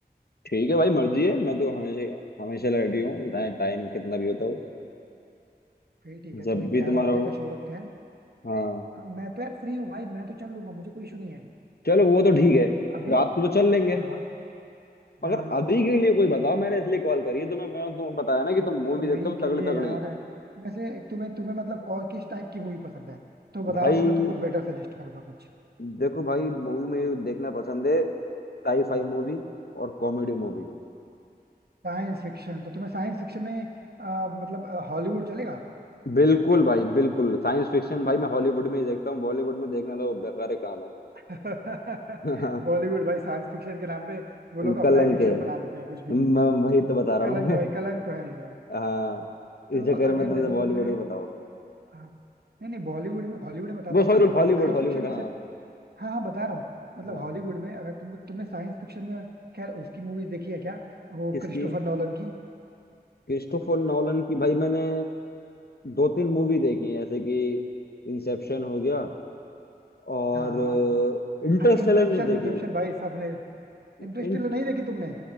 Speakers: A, on the left; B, on the right.
A: ठीक है भाई मर्जी है मैं तो हमेशा हमेशा रेडी हूँ चाहे टाइम कितना भी होता हो
B: फिर ठीक है
A: जब
B: तो
A: भी
B: ग्यारह
A: तुम्हारा
B: बजे
A: हो
B: का शो रखते हैं
A: हाँ
B: हाँ मैं तो यार फ्री हूँ भाई मैं तो चल लूंगा मुझे कोई इशू नहीं है
A: चलो वो तो ठीक है
B: अभी
A: रात को तो चल लेंगे
B: हाँ
A: मगर
B: हाँ
A: अभी के लिए कोई बताओ मैंने इसलिए कॉल करी है तुम्हें मैं तुम्हें बताया ना कि तुम मूवी
B: अभी
A: देखते हो
B: के
A: तगड़े
B: लिए
A: तगड़े
B: यार वैसे तुम्हें तुम्हें मतलब और किस टाइप की मूवी पसंद है तो बताओ
A: भाई
B: तो मैं तुमको बेटर सजेस्ट करूंगा कुछ
A: देखो भाई मूवी मुझे देखना पसंद है साई फाई मूवी और कॉमेडी मूवी
B: साइंस फिक्शन तो तुम्हें साइंस फिक्शन में आ, मतलब हॉलीवुड चलेगा
A: बिल्कुल भाई बिल्कुल साइंस फिक्शन भाई मैं हॉलीवुड में ही देखता हूँ बॉलीवुड में देखना तो बेकार काम है
B: <laughs>
A: <laughs>
B: बॉलीवुड भाई साइंस फिक्शन के नाम पे वो लोग
A: कलंक
B: अपना ही फिक्शन
A: है
B: बना देते हैं कुछ भी
A: मैं वही तो बता रहा
B: कलंक
A: हूँ
B: है भाई
A: <laughs>
B: कलंक तो है ही भाई
A: हाँ इस
B: तो
A: चक्कर
B: अगर
A: में तुमसे
B: जैसे
A: बॉलीवुड
B: तुमने
A: भी बताओ
B: हाँ, नहीं नहीं बॉलीवुड में हॉलीवुड में बताता
A: वो सॉरी
B: हूँ ना साइंस
A: हॉलीवुड हॉलीवुड
B: फिक्शन में
A: हाँ
B: से हाँ हाँ बता रहा हूँ मतलब
A: हाँ
B: हॉलीवुड में अगर तुमको तुमने साइंस फिक्शन में खैर उसकी मूवीज देखी है क्या वो
A: किसकी
B: क्रिस्टोफर नॉलन की
A: क्रिस्टोफर नॉलन की भाई मैंने दो तीन मूवी देखी है जैसे कि इंसेप्शन हो गया और
B: हाँ
A: इंटरस्टेलर
B: हाँ इंसेप्शन
A: नहीं देखी
B: इंसेप्शन भाई सबने इंटरस्टेलर
A: इंट
B: नहीं देखी तुमने